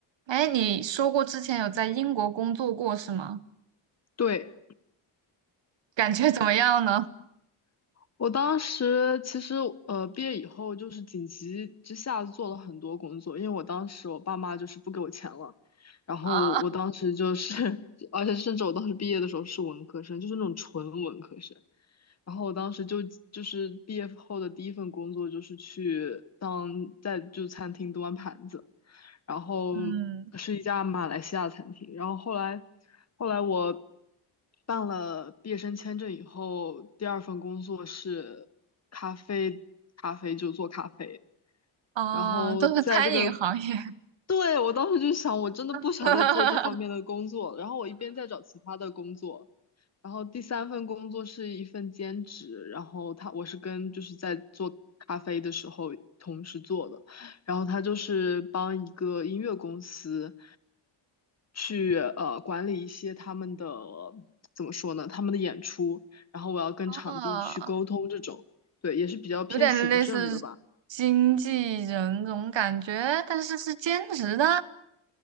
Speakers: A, on the right; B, on the left.
A: 哎，你说过之前有在英国工作过是吗？
B: 对，
A: 感觉怎么样呢？
B: 我当时其实呃毕业以后就是紧急之下做了很多工作，因为我当时我爸妈就是不给我钱了，然后我当时就是，
A: 啊，
B: <laughs> 而且甚至我当时毕业的时候是文科生，就是那种纯文科生，然后我当时就就是毕业后的第一份工作就是去当在就餐厅端盘子，然后
A: 嗯，
B: 是一家马来西亚餐厅。然后后来后来我办了毕业生签证以后，第二份工作是咖啡咖啡就做咖啡。
A: 啊，
B: 然后在这个，
A: 都是餐饮行业，
B: 对，我当时就想，我真的不想再做这方面的工作了然后我一边在找其他的工作，
A: <laughs>
B: 然后第三份工作是一份兼职，然后他我是跟就是在做咖啡的时候同时做的，然后他就是帮一个音乐公司去呃管理一些他们的怎么说呢，他们的演出，然后我要跟场地去沟通这种，
A: 啊，
B: 对，也是比较偏行政的吧。
A: 有点类似经纪人这种感觉，但是是兼职的。